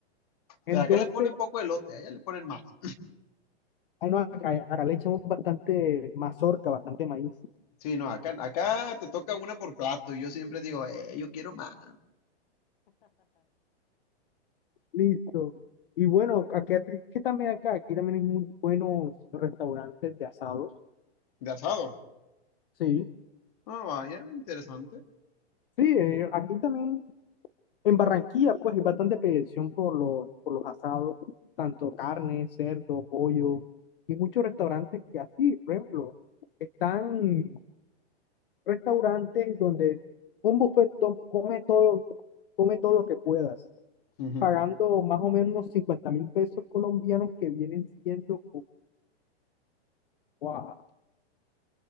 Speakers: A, on the left; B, on the left.
A: Entonces,
B: Pero acá le ponen poco elote, allá le ponen más.
A: ah, no, acá, acá le echamos bastante mazorca, bastante maíz.
B: <clears throat> Sí, no, acá, acá te toca una por plato y yo siempre digo, eh, yo quiero más.
A: Listo. Y bueno, aquí, que también acá, aquí también hay muy buenos restaurantes de asados
B: De asado.
A: Sí,
B: Ah, vaya, interesante.
A: sí, eh, aquí también en Barranquilla pues hay bastante petición por los, por los asados, tanto carne, cerdo, pollo, y muchos restaurantes que así, por ejemplo, están restaurantes donde un buffet to- come todo, come todo lo que puedas,
B: Ujú.
A: pagando más o menos cincuenta mil pesos colombianos que vienen siendo, wow,